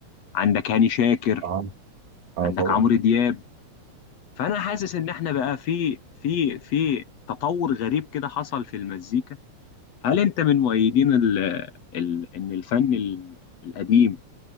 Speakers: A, on the left; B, on the right.
A: عندك هاني شاكر
B: اه اه
A: عندك
B: اه طبعا
A: عمرو دياب فانا حاسس ان احنا بقى في في في تطور غريب كده حصل في المزيكا هل انت من مؤيدين ال ال ان الفن ال- القديم